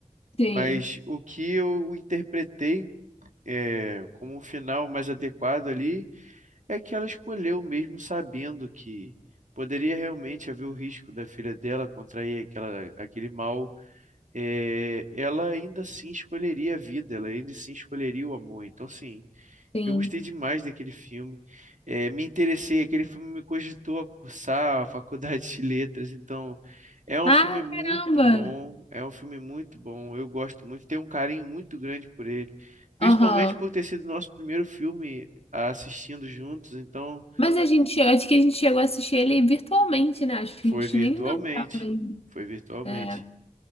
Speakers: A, on the left (about 45°); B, on the right (about 65°).
A: tem,
B: mas o que eu interpretei é, como um final mais adequado ali é que ela escolheu mesmo sabendo que poderia realmente haver o risco da filha dela contrair aquela, aquele mal eh, ela ainda assim escolheria a vida, ela ainda assim escolheria o amor. Então, assim,
A: tem.
B: eu gostei demais daquele filme, eh, me interessei, aquele filme me cogitou a cursar a faculdade de letras, então é um
A: Ah,
B: filme muito
A: caramba!
B: bom, é um filme muito bom, eu gosto muito, tenho um carinho muito grande por ele, principalmente
A: Aham.
B: por ter sido nosso primeiro filme assistindo juntos, então
A: Mas a gente, acho que a gente chegou a assistir ele virtualmente, né? Acho que
B: foi
A: a gente
B: virtualmente,
A: nem namorava ainda.
B: foi virtualmente.
A: É,